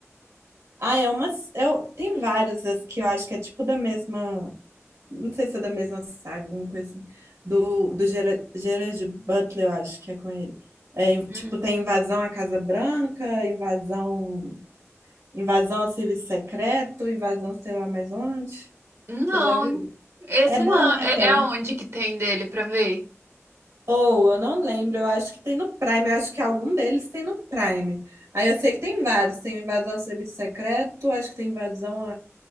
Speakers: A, on the right; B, on the right.
A: Ah, é uma. Eu, tem vários as que eu acho que é tipo da mesma. não sei se é da mesma saga, alguma coisa assim, do, do Gerard, Gerard Butler, eu acho que é com ele. É, em-
B: Hum.
A: tipo, tem invasão à Casa Branca, invasão, invasão ao serviço secreto, invasão sei lá mais onde.
B: Não,
A: Você já viu?
B: esse
A: É bom
B: não.
A: até.
B: É, é onde que tem dele pra ver?
A: Ou, eu não lembro, eu acho que tem no Prime, eu acho que algum deles tem no Prime. Aí eu sei que tem vários, tem invasão ao serviço secreto, acho que tem invasão